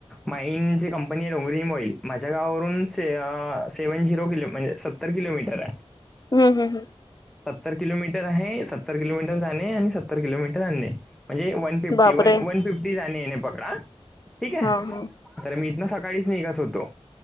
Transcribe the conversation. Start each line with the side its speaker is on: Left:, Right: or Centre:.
Centre: माइन ची कंपनी आहे <unintelligible> माझ्या गावावरून से सेव्हन झिरो किलो म्हणजे सत्तर किलोमीटर आहे.
Left: हम् हम हं
Centre: सत्तर किलोमीटर आहे सत्तर किलोमीटर जाणे आणि सत्तर किलोमीटर आणणे म्हणजे वन फिफ्टी
Left: बापरे!
Centre: वन वन फिफ्टी जाणे येणे पकडा हा ठीक आहे
Left: हां, हां.
Centre: तर मी इथंन सकाळीच निघत होतो.